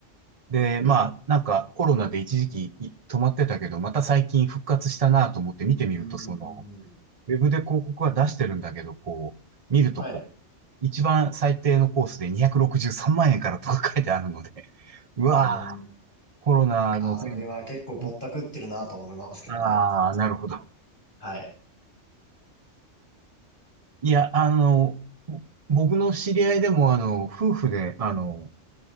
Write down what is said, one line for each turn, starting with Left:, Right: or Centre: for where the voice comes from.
Right: で、まあ、なんかコロナで一時期い止まってたけど、また最近復活したなと思って見てみると、
Left: うーん。
Right: その、ウェブで広告は出してるんだけど、こう、見るとこう、
Left: はい。
Right: 一番最低のコースで263万円からとか書いてあるので、<laughs> うわぁ、
Left: うーん。
Right: コロナの全
Left: あれは結構ぼったくってるなと思いますけどね。
Right: 部、ああ、なるほど。
Left: はい。
Right: いや、あの、僕の知り合いでも、あの、夫婦で、あの、